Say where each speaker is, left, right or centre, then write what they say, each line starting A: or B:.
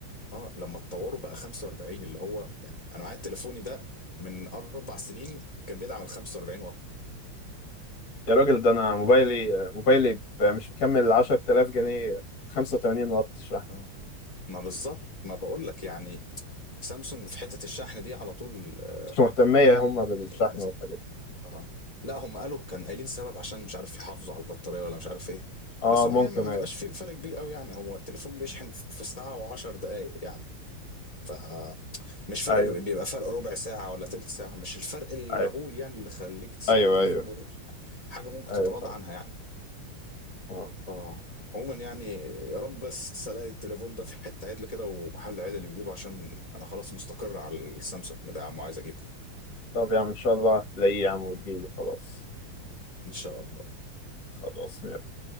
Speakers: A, on the left; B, on the left.
A: اه لما اتطوروا بقى 45 اللي هو يعني انا معايا تليفوني ده من اربع سنين كان بيدعم ال 45 واط
B: يا راجل ده انا موبايلي موبايلي ب- مش مكمل 10000 جنيه 85 واط شحن
A: اه ما بالظبط ما بقول لك يعني سامسونج في حته الشحن دي على طول آه،
B: مش مهتمية هما بالشحن
A: يعني
B: والحاجات دي.
A: اه لا هم قالوا كان قايلين سبب عشان مش عارف يحافظوا على البطارية ولا مش عارف ايه
B: اه
A: بس هو
B: ممكن
A: يعني ما بيبقاش
B: ايوه
A: في فرق كبير قوي يعني هو التليفون بيشحن في ساعة و10 دقايق يعني ف مش فرق
B: ايوه
A: بيبقى فرق ربع ساعة ولا تلت ساعة مش الفرق المهول
B: ايوه
A: يعني اللي خليك تسيب
B: ايوه
A: التليفون
B: ايوه
A: وتمشي يعني حاجة ممكن
B: ايوه
A: تتغاضى
B: فاهم
A: عنها يعني
B: اه
A: اه عموما يعني يا رب بس الاقي التليفون ده في حتة عدل كده ومحل عدل اللي بيجيبه عشان انا خلاص مستقر على السامسونج ده يا عم وعايز اجيبه
B: طب يا عم ان شاء الله هتلاقيه يا عم وتجيبه خلاص
A: ان شاء الله
B: خلاص